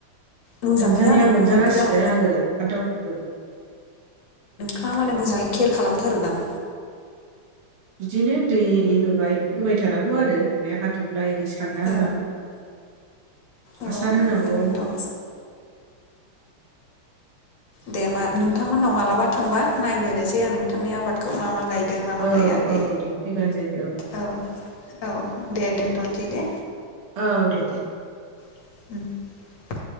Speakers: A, on the left; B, on the right.
A: मोजाङै
B: मोनजानाया
A: जानायखौनो
B: मोनजागासिनो
A: मोनफेरा आं
B: आङो फान्थावखौबो।
A: हा मालाय मोजाङै केयार खालामथारोदां।
B: बिदिनो दै एरि होबाय होबाय थानांगौ आरो बे हाथफ्ला एरि। सारना
A: औ
B: होनांगौ हासार
A: औ
B: होनांगौ
A: ओंखायनोथ' दे मा नोंथांमोननाव मालाबा थांबा नायबोनोसै आं नोंथांनि आबादखौ मा मा गाय। दों मामा
B: औ
A: गायाखै
B: औ दे फैबानो जायो दे
A: औ औ दे दोनथनोसै दे
B: औ दे
A: <unintelligible>